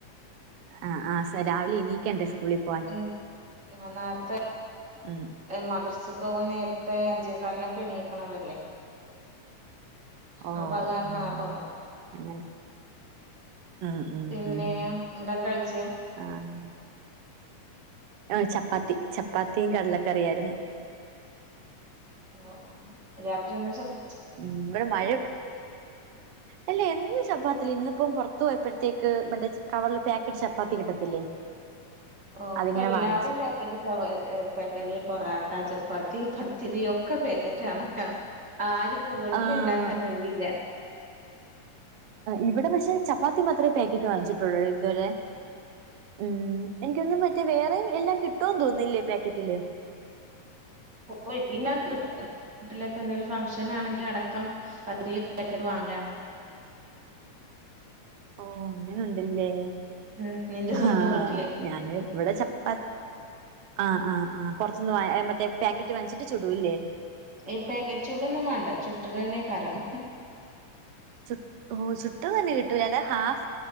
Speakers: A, on the right; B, on the right.
A: ആഹ് ആഹ് സ രാവിലെ എ ണിനീക്കെണ്ടേ സ്കൂളി പോവാൻ
B: ഉം ന്നാ നേര്ത്തെ
A: ഉം
B: മദ്രസുക് പോവാൻനേര്ത്തെ അഞ്ചേ കാലിനോക്കെ എണീയിക്ക്ണതല്ലേ
A: ഓ
B: അ പ അഹ് കാര്ണം
A: ഉം
B: നേര് തൊറങ്ങും
A: അങ്ങനെ ഉംഉം
B: പിന്നെ
A: ഉം
B: എന്നിട്ട് എന്താ കഴിച്ചേ
A: ആഹ് ആഹ് ചപ്പാത്തി ചപ്പാത്തി കടലക്കറിയായിര്ന്ന്.
B: ഓഹ് ഒഹ് രാത്രി ഒന്ന്ചപ്
A: ഉം ഇവടെ മഴ അല്ല എന്നും ചപ്പാതീല്ല. ഇന്ന് ഇപ്പം പൊറ്ത്ത്പോയപ്പഴത്തേക്ക് മറ്റേ കവറ്ല് പേക്കറ്റ് ചപ്പാത്തി കിട്ടത്തില്ലേ
B: ഓ ഇപ്പൊ
A: അതിങ്ങനെ
B: എല്ലാതും
A: വാങ്ങിച്ച്
B: പാക്കറ്റ്ആഹ് ച പാക്കറ്റ് പൊറാട്ട ചപ്പാത്തി പത്തിരി ഒ ഒക്കെ പാക്കറ്റ് ആണല്ലോ. ആർക്കും വീട്ടിൽ
A: ആഹ്
B: ഇണ്ടാക്കാൻ ഒഴിവില്ല
A: ഇവടെ പക്ഷേ ചപ്പാത്തി മാത്രേ പേക്കറ്റ് വാങ്ങിച്ച്ട്ടൊള്ളൂ ഇതുവരെ ഉം എനിക്കൊന്നും മറ്റേ വേറെ എല്ലാം കിട്ടൊ എന്ന് തോന്നുന്നില്ലേ പേക്കറ്റില്
B: ഓ എലാം <unintelligible> കിട്ടുന്നെ വീട്ടിലൊക്കെ എന്തെലും ഫംഗ്ഷൻ ആണെങ്കി അടക്കം പത്തിരി ഡക്കർ വാങ്ങലാണ്
A: ഓ അങ്ങനെ ഉണ്ട്ല്ലേ
B: ഉം നിന്റെ സ്വന്തം
A: ആഹ്
B: വീട്ടില്
A: ഞാന് ഇവടെ ചപ്പാ <unintelligible> ത്തി ആഹ് ആഹ് ആഹ് പൊറത്ത് ന്ന് വാങ്ങി മറ്റെ പേക്കറ്റ് വാങ്ങിച്ചിട്ട് ചുടൂല്ലേ
B: എ പേകറ്റ്ച്ചൂടൊന്നും മാണ്ട ചുട്ടതെന്നെക്കാരം
A: ചുട്ട് ഒ ചുട്ടത് തന്നെ കിട്ടൂ അലാതെ ഹാഫ്